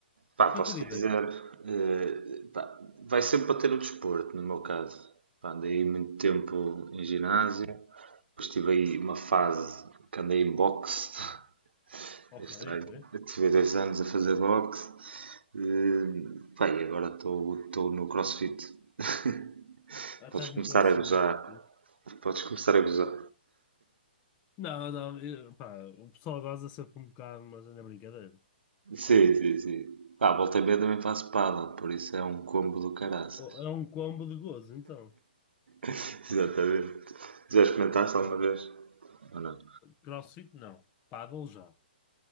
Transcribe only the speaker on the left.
Para ter ideias.
Ok,
ok.
Ah, estás
no CrossFit.
fixe.
Não, não, eu- pá, o pessoal goza sempre um bocado, mas é na brincadeira.
É um combo de gozo, então.
CrossFit não. Paddle já.